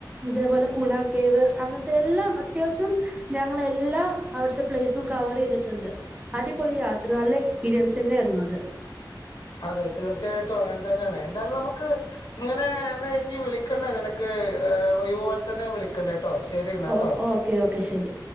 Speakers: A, on the right; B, on the left.
A: ഇതേപോലെ ഗുണാ കേവ് അങ്ങനത്തെ എല്ലാ അത്യാവശ്യം ഞങ്ങള് എല്ലാ അവിടുത്തെ പ്ലേസും കവർ ചെയ്തി ണ്ട് അടിപൊളി യാത്ര നല്ല എക്സ്പീരിയൻസ് തന്നെ ആയിരുന്നു അത്.
B: അതെ തീർച്ചയായിട്ടും അങ്ങനെ തന്നെയാണ് എന്തായാലും നമുക്ക് ഇങ്ങനെ എന്നെ ഇനി വിളിക്കണ്ടേ നിനക്ക് ഇതുപോലെ തന്നെ വിളിക്കണ്ടേ. കേട്ടോ ശരി എന്നാ കേട്ടോ
A: ഓ ഓക്കെ ഓക്കെ ശരി.